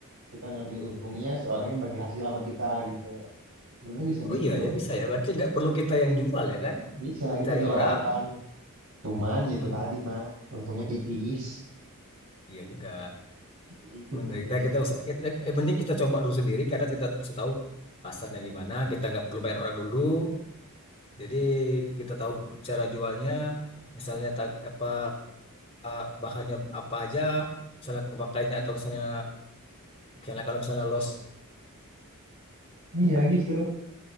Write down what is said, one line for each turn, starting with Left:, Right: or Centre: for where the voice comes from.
Right: kita ngambil untungnya si orangnya bagi hasil sama kita gitu. Sebenarnya bisa
Left: oh
Right: gitu.
Left: iya ya bisa ya. Berarti nggak perlu kita yang jual ya kan?
Right: Bisa
Left: Kita
Right: kita
Left: cari
Right: nyuruh
Left: orang.
Right: orang. Cuman
Left: Mm-mm.
Right: itu tadi mas untungnya tipis,
Left: Iya juga
Right: sedikit
Left: menderita
Right: untungnya.
Left: kita usah kita, eh, mending kita coba dulu sendiri karena kita bisa tahu pasarnya gimana kita nggak perlu bayar orang dulu jadi kita tahu cara jualnya misalnya ta- apa eh, bahannya apa aja misalnya kepakainya atau misalnya kalau kalau misalnya lossnya
Right: Iya gitu.